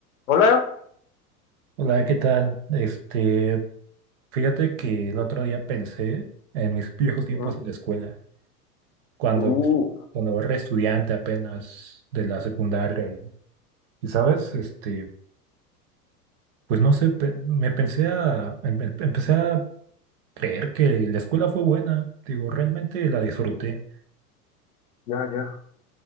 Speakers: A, on the left; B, on the right.
A: Hola.
B: Hola, ¿qué tal? Este, fíjate que el otro día pensé en mis <laughs> viejos tiempos
A: Mm,
B: en la escuela, cuando,
A: Uh,
B: cuando era estudiante apenas de la secundaria. Y, y, sabes, este, pues no sé, pe- me pensé a, em- em- empecé a creer que la escuela fue buena. Digo, realmente la disfruté.
A: ya, ya.